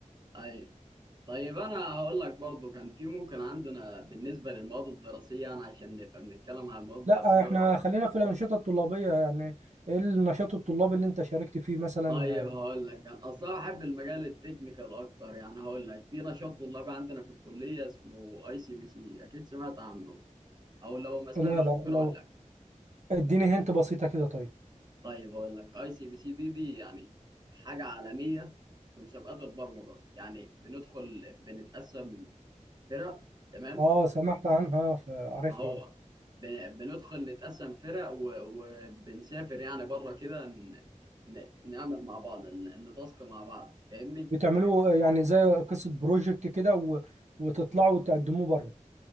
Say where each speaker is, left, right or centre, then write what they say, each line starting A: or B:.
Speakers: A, on the right (about 30°); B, on the right (about 60°).
A: ايوه طيب انا هقول لك برضو كان في ممكن عندنا بالنسبه للمواد الدراسيه يعني عشان نبقى بنتكلم عن المواد الدراسيه
B: لا احنا
A: اكتر
B: خلينا في الانشطه الطلابيه يعني ايه النشاط الطلابي اللي انت شاركت فيه مثلا
A: طيب هقول لك انا اصلا بحب المجال التكنيكال اكتر يعني هقول لك في نشاط طلابي عندنا في الكليه اسمه اي سي بي سي اكيد سمعت عنه او لو ما سمعتش
B: لا لا
A: ممكن
B: لو
A: اقول لك.
B: اديني هنت بسيطه كده طيب
A: طيب اقول لك اي سي بي سي دي دي يعني حاجه عالميه في مسابقات البرمجه يعني بندخل بنتقسم فرق تمام
B: اه سمعت عنها فعارفها
A: ما هو بن- بندخل نتقسم فرق و- وبنسافر يعني بره كده ن- ن- نعمل مع بعض ن- نتاسك مع بعض فاهمني
B: بتعملوا يعني زي قصه بروجكت كده و... وتطلعوا وتقدموه بره